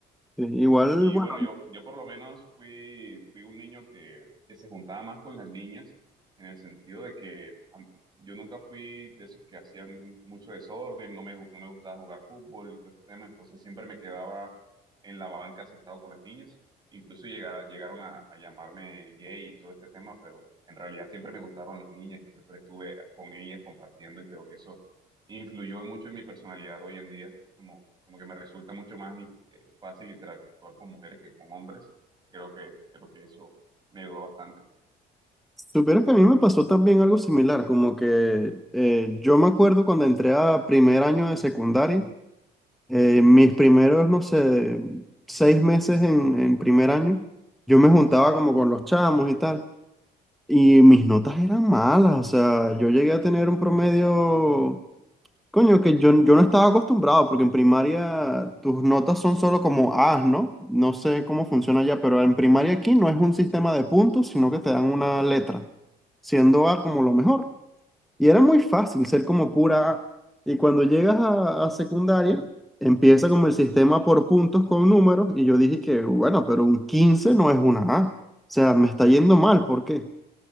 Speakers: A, in the centre; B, on the right (about 25°).
A: Sí, igual,
B: Y
A: bueno,
B: bueno, yo, yo por lo menos fui, fui un niño que, que se juntaba más con las niñas, en el sentido de que am- yo nunca fui de esos que hacían mucho desorden, no me, gu- no me gustaba jugar fútbol y todo este tema, entonces siempre me quedaba en la banca sentado con las niñas. Incluso llega- llegaron a, a llamarme gay y todo este tema, pero en realidad siempre me gustaron las niñas y siempre estuve con ellas compartiendo y creo que eso influyó mucho en mi personalidad hoy en día, como, como que me resulta mucho más eh, fácil interactuar con mujeres que con hombres. Creo que, creo que eso me ayudó bastante.
A: supiera que a mí me pasó también algo similar, como que eh, yo me acuerdo cuando entré a primer año de secundaria, eh, mis primeros, no sé, seis meses en, en primer año, yo me juntaba como con los chamos y tal, y mis notas eran malas, o sea, yo llegué a tener un promedio Coño, que yo, yo no estaba acostumbrado, porque en primaria tus notas son solo como A's, ¿no? No sé cómo funciona allá, pero en primaria aquí no es un sistema de puntos, sino que te dan una letra, siendo A como lo mejor. Y era muy fácil ser como pura A. Y cuando llegas a, a secundaria, empieza como el sistema por puntos con números, y yo dije que, bueno, pero un 15 no es una A. O sea, me está yendo mal, ¿por qué?